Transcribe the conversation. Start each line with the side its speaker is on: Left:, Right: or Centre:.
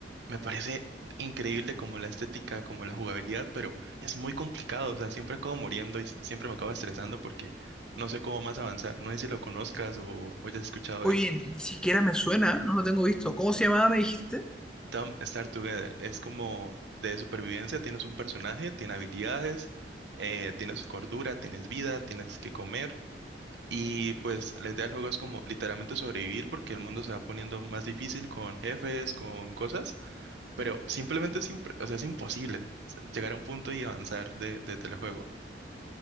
Right: Me parece increíble como la estética, como la jugabilidad, pero es muy complicado, o sea, siempre acabo muriendo y s- siempre me acabo estresando porque no sé cómo más avanzar. No sé si lo conozcas o, o ya has escuchado
Centre: Oye,
Right: de él.
Centre: ni siquiera me suena, no lo tengo visto. ¿Cómo se llamaba, me dijiste?
Right: Dumb Star Together es como de supervivencia, tienes un personaje, tiene habilidades, eh, tienes cordura, tienes vida, tienes que comer. Y pues la idea del juego es como literalmente sobrevivir porque el mundo se va poniendo más difícil con jefes, con cosas, pero simplemente es, impre- o sea, es imposible llegar a un punto y avanzar de, desde el juego.